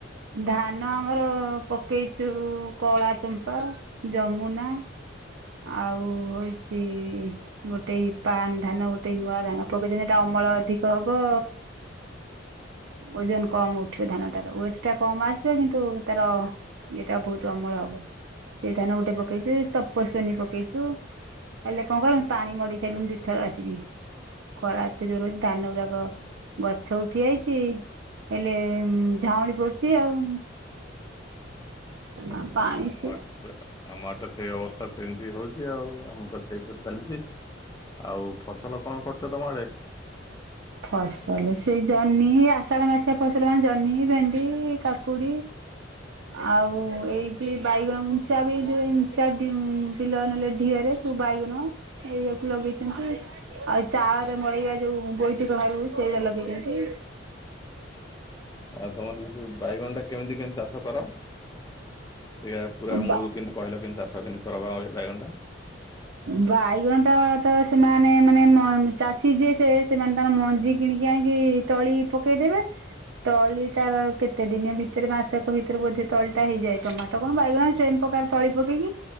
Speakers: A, on the right (about 75°); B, on the left (about 20°).
A: ଧାନ ଆମର ପକେଇଛୁ କଳା ଚମ୍ପା ଯମୁନା। ଆଉ ହଉଛି ଗୋଟେ ପାନ ଧାନ ଗୋଟେ ନୂଆ ଧାନ ପକେଇଛନ୍ତି। ଏଟା ଅମଳ ଅଧିକ ହବ। ଓଜନ କମ ଉଠିବ ଧାନଟାର ଉଅଟ ଏଟା କମ ଆସିବ କିନ୍ତୁ ତାର ଇଏଟା ବୋହୁତ ଅମଳ ହବ। ସେଇ ଧାନ ଗୋଟେ ପକେଇଚୁ ତପସ୍ୱନୀ ପକେଇଛୁ। ହେଲେ କଣ କରିମୁ ପାଣି ମଡେଇ ସାଇଲୁଣି ଦି ଥର ଆସିକି। ଖରା ଏତେ ଜୋରହଉଛି ଧାନ ଗୁଡାକ ଗଛ ଉଠି ଯାଇଛି। ହେଲେ ଝାଉଁଳି ପଡୁଛି ଆଉ।
B: ଆମ
A: ଆ ପାଣି ସେ
B: ଆଡେ ଆମ ଆଡେ ତ ସେଇ ଅବସ୍ଥା ସେମିତି ହଉଛି ଆଉ ଆମ ଘର ସେଇପରି ଚାଲିଛି। ଆଉ ଫସଲ କଣ କରୁଛ ତମ ଆଡେ?
A: ଫସଲ ସେ ଜହ୍ନି ଆଷାଢ ମାସିଆ ଫସଲ ମାନେ ଜହ୍ନି ଭେଣ୍ଡି କାକୁଡି। ଆଉ ଏଇଚି ବାଇଗଣ ମୁଞ୍ଚା ବି ଏ ଯୋଉ ମୁଞ୍ଚା ବିଲ ନେଲେ ଢିଅରେ। ସବୁ ବାଇଗଣ ଏଇଆକୁ ଲଗେଇଛନ୍ତି। ଆଉ ଚାଳରେ ମଡେଇବା ଯୋଉ ବୋଇ ତି କଖାରୁ ସେଇଗୁରା ଲଗେଇଛନ୍ତି।
B: ଆଉ ତମର ଏଇ ଯୋଉ ବାଇଗଣ ଟା କେମିତି କେମିତି ଚାଷ କର? ସେଇରା ପୁରା
A: ବା
B: ମୂଳରୁ କେମିତି କହିଲ କେମିତି ଚାଷ କେମିତି କରବା ଆଉ ଏ ବାଇଗଣଟା।
A: ବାଇଗଣ ଟା ତ ସେମାନେ ମାନେ ମ ଚାଷୀ ଯିଏ ସେ ସେମାନେ ତାର ମଞ୍ଜି କିଣିକି ଆଣିକି ତଳି ପକେଇଦେବେ। ତଳି ତାର କେତେ ଦିନି ଭିତରେ ମାସକ ଭିତରେ ବୋଧେ ତଳି ଟା ହେଇଯାଏ। ଟମାଟୋ କଣ ବାଇଗଣ ସେମ ପ୍ରକାର ତଳି ପକେଇକି